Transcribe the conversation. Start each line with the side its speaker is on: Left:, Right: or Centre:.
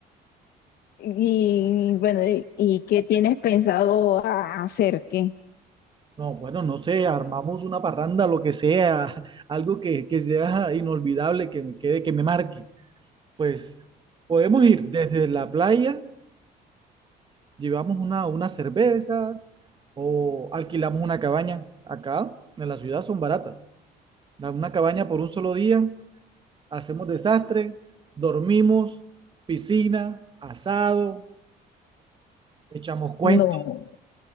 Left: Y bueno, ¿y, y qué tienes pensado a- hacer? ¿Qué?
Right: No, bueno, no sé, armamos una parranda, lo que sea, <laughs> algo que, que sea inolvidable, que me quede, que me marque. Pues podemos ir desde la playa, llevamos una, unas cervezas o alquilamos una cabaña. Acá en la ciudad son baratas. Da Una cabaña por un solo día, hacemos desastre, dormimos, piscina, asado, echamos cuentos,
Left: No,